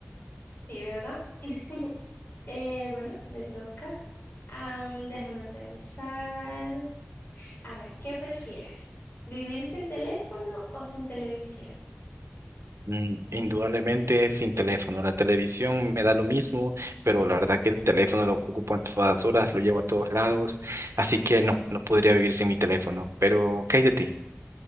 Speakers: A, on the left; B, on the right.
A: Sí, ¿verdad? <laughs> Eh, bueno, me toca. Am, déjame pensar. A ver, ¿qué prefieres? ¿Vivir sin teléfono o sin televisión?
B: Mm, Indudablemente sin teléfono. La televisión me da lo mismo, pero la verdad que el teléfono lo ocupo a todas horas, lo llevo a todos lados. Así que no, no podría vivir sin mi teléfono. Pero, ¿qué hay de ti?